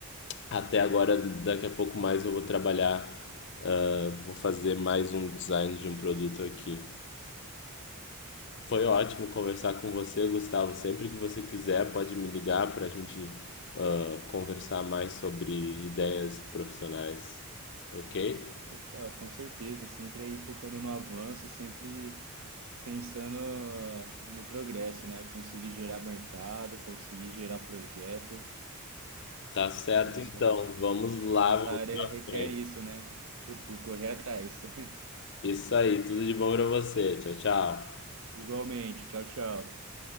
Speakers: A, on the left; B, on the right.
A: até agora, daqui a pouco mais eu vou trabalhar, ah, vou fazer mais um design de um produto aqui. Foi ótimo conversar com você, Gustavo. Sempre que você quiser, pode me ligar para a gente ah, conversar mais sobre ideias profissionais, ok?
B: Opa, com certeza, sempre aí focando no avanço, sempre pensando ah, no progresso, né? Conseguir gerar mercado, conseguir gerar projeto.
A: Tá certo,
B: A nossa,
A: então. Vamos lá,
B: nossa
A: vamos
B: área
A: para
B: requer
A: frente.
B: isso, né? E por correr atrás. <laughs>
A: Isso aí, tudo de bom pra você. Tchau, tchau.
B: Igualmente. Tchau, tchau.